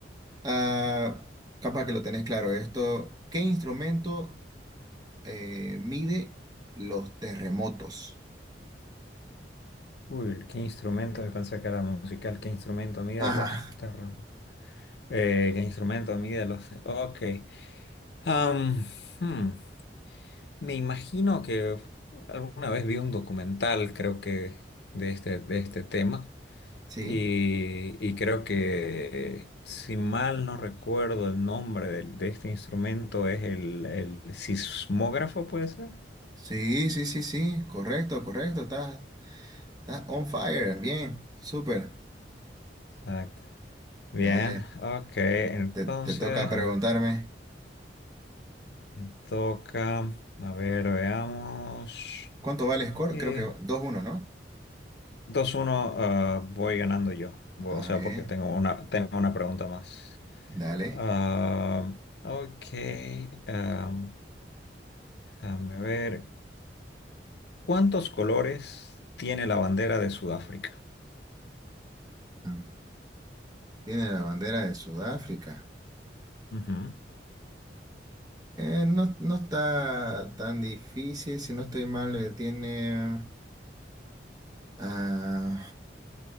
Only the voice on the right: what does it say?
Ah, capaz que lo tenés claro esto. ¿Qué instrumento eh, mide los terremotos?
Ajá,
sí,
sí, sí, sí, sí, correcto, correcto, está, está on fire, bien, súper.
Dale,
te, te toca preguntarme.
¿Cuánto vale el score?
Creo que dos uno ¿no?
Ah,
bien,
dale.
Ah, Tiene la bandera de Sudáfrica.
Eh, no, no está tan difícil, si no estoy mal, eh, tiene... ah,